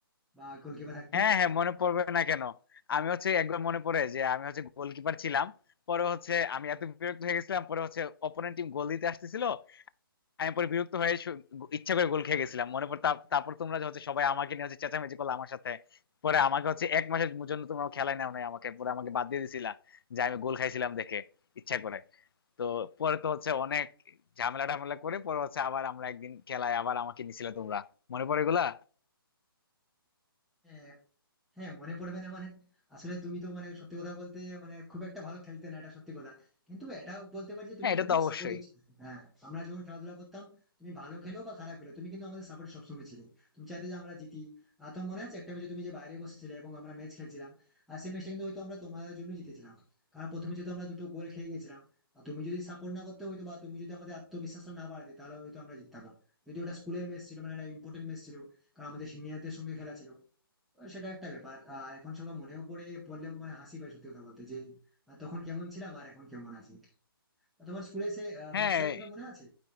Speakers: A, in the centre; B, on the left.
A: বা গোলকিপার থাকতে
B: হ্যাঁ হ্যাঁ মনে পড়বে না কেন আমি হচ্ছে একবার মনে পড়ে যে আমি হচ্ছে গোলকিপার ছিলাম পরে হচ্ছে আমি এত বিরক্ত হয়ে গেছিলাম পরে হচ্ছে অপোনেন্ট টিম গোল দিতে আসতেছিল আমি পরে বিরক্ত হয়ে শু- ইচ্ছা করে গোল খেয়ে গেছিলাম মনে পড়ে তার- তারপর তোমরা যে হচ্ছে সবাই আমাকে নিয়ে হচ্ছে চেঁচামেচি করলো আমার সাথে পরে আমাকে হচ্ছে এক মাসের জন্য তোমরা খেলায় নাও নাই আমাকে পরে আমাকে বাদ দিয়ে দিছিলা যে আমি গোল খাইছিলাম দেখে ইচ্ছা করে তো পরে তো হচ্ছে অনেক ঝামেলা টামেলা করে পরে হচ্ছে আবার আমরা একদিন খেলায় আবার আমাকে নিছিলে তোমরা মনে পড়ে এগুলা
A: হ্যাঁ, হ্যাঁ মনে পড়বে না মানে আসলে তুমি তো মানে সত্যি কথা বলতে মানে খুব একটা ভালো খেলতে না এটা সত্যি কথা কিন্তু এটাও বলতে পারি যে তুমি
B: হ্যাঁ
A: কিন্তু
B: এটা তো
A: খুব
B: অবশ্যই
A: সাপোর্টিভ ছিলে হ্যাঁ আমরা যখন খেলাধুলা করতাম তুমি ভালো খেলো বা খারাপ খেলো তুমি কিন্তু আমাদের সাপোর্ট সবসময় ছিলে তুমি চাইতে যে আমরা জিতি আর তোমার মনে আছে একটা ম্যাচে তুমি যে বাইরে বসেছিলে এবং আমরা ম্যাচ খেলছিলাম আর সেই ম্যাচটা কিন্তু হয়তো আমরা তোমাদের জন্য জিতেছিলাম কারণ প্রথমে যদি আমরা দুটো গোল খেয়ে গেছিলাম আর তুমি যদি সাপোর্ট না করতে হয়তো বা তুমি যদি আমাদের আত্মবিশ্বাসটা না বাড়াতে তাহলে হয়তো আমরা জিততাম না যদি ওটা স্কুলের ম্যাচ ছিল মানে একটা ইম্পর্টেন্ট ম্যাচ ছিল কারণ আমাদের সিনিয়রদের সঙ্গে খেলা ছিল সেটা একটা ব্যাপার আর এখন সেগুলো মনেও পড়ে পড়লেও মানে হাসি পায় সত্যি কথা বলতে যে আহ, তখন কেমন ছিলাম আর এখন কেমন আছি তো তোমার স্কুলে সে
B: হ্যাঁ
A: ম্যাথ স্যারের কথা মনে আছে